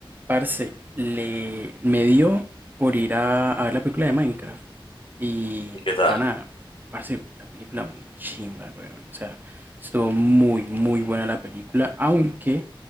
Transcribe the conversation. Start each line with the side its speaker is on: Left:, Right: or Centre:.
Right: Parce, le, me dio por ir a, a ver la película de Minecraft. Y,
Left: ¿Y qué tal?
Right: pana, parce, la película muy chimba, weón. O sea, estuvo muy, muy buena la película. Aunque